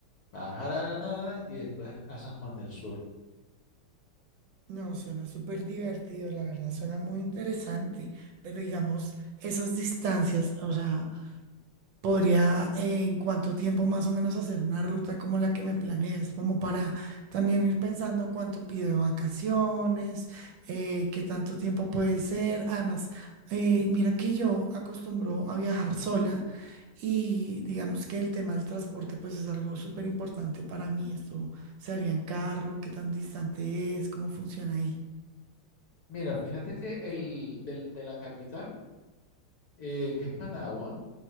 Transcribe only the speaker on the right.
No, suena súper divertido, la verdad, suena muy interesante, pero digamos, esas distancias, o sea, podría eh, en cuánto tiempo más o menos hacer una ruta como la que me planeas, como para también ir pensando cuánto pido de vacaciones, eh, qué tanto tiempo puede ser. Además, eh, mira que yo acostumbro a viajar sola y digamos que el tema del transporte pues es algo súper importante para mí. Esto se haría en carro, qué tan distante es, cómo funciona ahí.